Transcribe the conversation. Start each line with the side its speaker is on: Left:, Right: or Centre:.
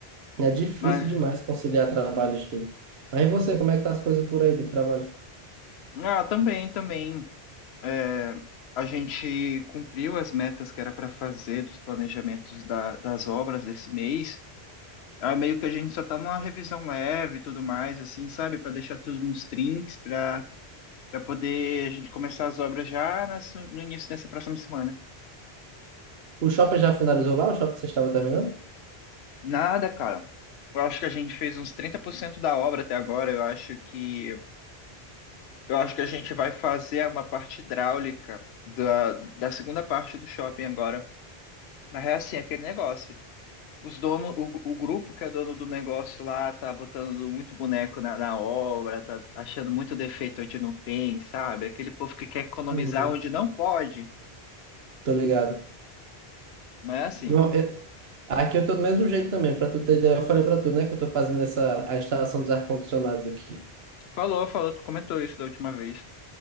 Right: É difícil
Left: Mas,
Right: demais conciliar trabalho e estudo. Mas e você, como é que tá as coisas por aí de trabalho?
Left: ah, também, também. é, a gente cumpriu as metas que era para fazer dos planejamentos da- das obras desse mês. Aí meio que a gente só tá numa revisão leve e tudo mais, assim, sabe? Para deixar tudo nos trinks para para poder a gente começar as obras já nessa- no início dessa próxima semana.
Right: O shopping já finalizou lá? O shopping que você estava terminando?
Left: Nada, cara. Eu acho que a gente fez uns 30% da obra até agora. Eu acho que eu acho que a gente vai fazer uma parte hidráulica da, da segunda parte do shopping agora. Mas é assim, é aquele negócio. os donos, o, o grupo que é dono do negócio lá tá botando muito boneco na, na obra, tá achando muito defeito onde não tem, sabe? Aquele povo que quer economizar
Right: Uhum,
Left: onde não pode.
Right: tô ligado.
Left: Mas é assim,
Right: Não, eu- aqui eu tô do mesmo jeito também, pra tu ter ideia, eu falei pra tu, né, que eu tô fazendo essa, a instalação dos ar-condicionados aqui.
Left: falou, falou, tu comentou isso da última vez.